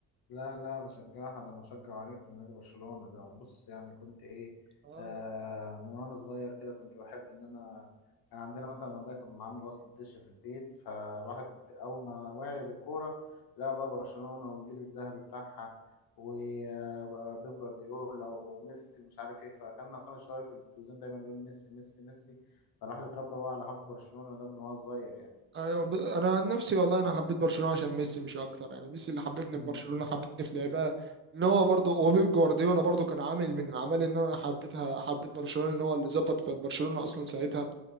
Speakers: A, on the left; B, on the right.
A: لا لا بشجعها ده انا بشجع عريق لنادي برشلونة ده انا بص يعني كنت ايه
B: اه
A: آه من وانا صغير كده كنت بحب ان انا كان عندنا مثلا ابويا كان عامل وصل دش في البيت فالواحد اول ما وعي للكورة لا بقى برشلونة والجيل الذهبي بتاعها وبيب جوارديولا وميسي ومش عارف ايه فكان عصام الشوالي في التلفزيون دايما يقول ميسي ميسي ميسي فالواحد اتربى بقى على حب برشلونة ده من وهو صغير يعني
B: ايوه ب- انا عن نفسي والله انا حبيت برشلونه عشان ميسي مش اكتر يعني ميسي اللي حببني
A: امم
B: في برشلونه حببني في لعبها ان هو برضه وبيب جوارديولا برضه كان عامل من عمال ان انا حبيتها حبيت برشلونه ان هو اللي ظبط في برشلونه اصلا ساعتها